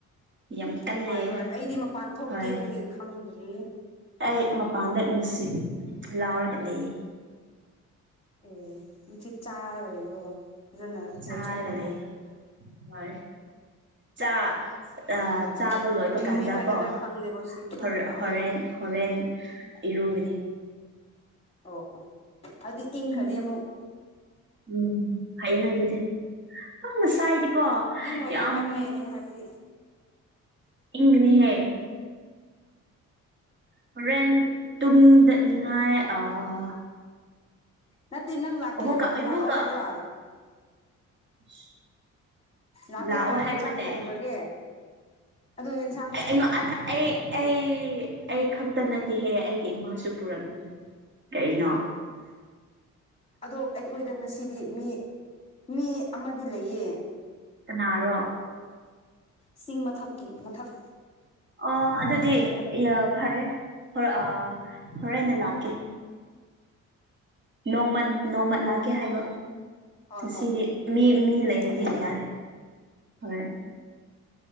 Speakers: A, on the right; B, on the left.
A: ꯌꯥꯝ ꯀꯜꯂꯦ
B: ꯅꯨꯡꯉꯥꯏꯕ꯭ꯔꯣ ꯑꯩꯗꯤ ꯃꯄꯥꯟ ꯊꯣꯛꯇꯦ
A: ꯍꯣꯏ
B: ꯑꯗꯨꯒꯤ ꯈꯪꯗ꯭ꯔꯦ
A: ꯑꯩ ꯃꯄꯥꯟꯗ ꯅꯨꯡꯁꯤꯠ ꯂꯥꯎꯔꯒ ꯂꯩ
B: ꯑꯦ ꯅꯨꯡꯁꯤꯤꯠ ꯆꯥꯔꯒ ꯂꯩꯕ꯭ꯔꯣ ꯐꯖꯅ
A: ꯆꯥꯔꯒ
B: ꯌꯣꯠꯁꯜꯂꯣꯀꯣ
A: ꯂꯩ ꯍ ꯆꯥ ꯑ
B: ꯌꯥꯝ
A: ꯆꯥꯕ ꯂꯣꯏꯕ
B: ꯊꯨꯝꯃꯦ
A: ꯀꯥꯟꯗ
B: ꯍꯥꯏꯒꯗ꯭ꯔꯥ
A: ꯀꯣ
B: ꯈꯪꯗꯦꯕ ꯁꯤꯒꯤꯁꯦ
A: ꯍꯣꯔꯦꯟ ꯍꯣꯔꯦꯟ
B: ꯎꯝ
A: ꯍꯣꯔꯦꯟ ꯏꯔꯨꯒꯅꯤ
B: ꯑꯣ ꯑꯣ ꯑꯗꯨꯗꯤ ꯏꯪꯈ꯭ꯔꯅꯤ
A: ꯎꯝ
B: ꯑꯃꯨꯛ
A: ꯎꯝ ꯐꯩꯅ ꯑꯗꯨꯗꯤ ꯑ ꯉꯁꯥꯏꯗꯤꯀꯣ
B: ꯏꯪꯉꯣꯏꯗ꯭ꯔꯥ
A: ꯌꯥꯝ
B: ꯍꯥꯏꯕꯅꯦ ꯑꯩꯅ ꯍꯥꯏꯕꯗꯤ
A: ꯏꯪꯒꯥꯅꯤ ꯍꯦ ꯍꯣꯔꯦꯟ ꯇꯨꯡꯗꯥꯅꯤꯡꯉꯥꯏ ꯑꯥ
B: ꯅꯠꯇꯦ ꯅꯪ ꯂꯥꯛꯀꯦ
A: ꯑꯃꯨꯛꯀ
B: ꯍꯥꯏꯕ꯭ꯔꯣ
A: ꯑꯃꯨꯛꯀ
B: ꯂꯥꯛꯑꯣ ꯍꯥꯏꯕ꯭ꯔꯣ
A: <unintelligible>
B: ꯂꯥꯛꯀꯦ
A: ꯂꯥꯛꯑꯣ
B: ꯍꯥꯏꯔꯗꯤ
A: ꯍꯥꯏꯕ꯭ꯔꯅꯦ
B: ꯆꯥꯛ ꯊꯣꯡꯈ꯭ꯔꯥꯒꯦ ꯑꯗꯨ ꯏꯟ
A: ꯑꯩ ꯑꯩ ꯑꯩ ꯈꯛꯇ ꯅꯠꯇꯦꯍꯦ ꯑꯩꯒꯤ ꯏꯃꯥꯁꯨ ꯄꯨꯔꯛꯅꯤ ꯀꯩꯅꯣ
B: ꯑꯗꯣ ꯑꯩꯈꯣꯏꯗ ꯉꯥꯁꯤꯗꯤ ꯃꯤ ꯃꯤ ꯑꯃꯗꯤ ꯂꯩꯌꯦ
A: ꯀꯅꯥꯔꯣ
B: ꯆꯤꯡ ꯃꯊꯛꯀꯤ ꯃꯊꯛ
A: ꯑꯣ ꯑꯗꯨꯗꯤ
B: ꯑꯥ ꯆꯤꯡ ꯃꯊꯛꯀꯤ
A: ꯌꯥꯝ ꯐꯔꯦ ꯑ ꯍꯣꯔꯦꯟꯅ ꯂꯥꯛꯀꯦ ꯅꯣꯡꯃꯥ ꯅꯣꯡꯃꯥ ꯂꯥꯛꯀꯦ ꯍꯥꯏꯕ
B: ꯍꯣꯏ
A: ꯉꯁꯤꯗꯤ
B: ꯍꯣꯏ
A: ꯃꯤ ꯃꯤ ꯂꯩꯔꯗꯤ
B: ꯍꯣꯏ ꯑꯗꯨ
A: ꯌꯥꯔꯦ ꯍꯣꯏ